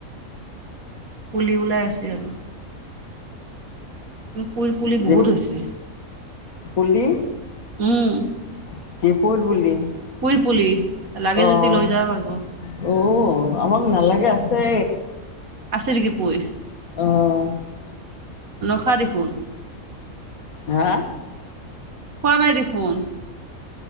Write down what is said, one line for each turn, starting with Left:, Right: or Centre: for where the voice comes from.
Right: কলি ওলাই আছে আৰু উম ফুলপুলি বহুত
Left: যে
Right: হৈছে
Left: পুলি
Right: উম
Left: <unintelligible> <unintelligible>
Right: পুৰি পুলি লাগে
Left: অঁ
Right: যদি লৈ যাব পাৰিব
Left: উ আমাৰ নালাগে আছে
Right: আছে নেকি পুই
Left: অঁ
Right: নখা দেখোন
Left: হাঁ
Right: <unintelligible> দেখোন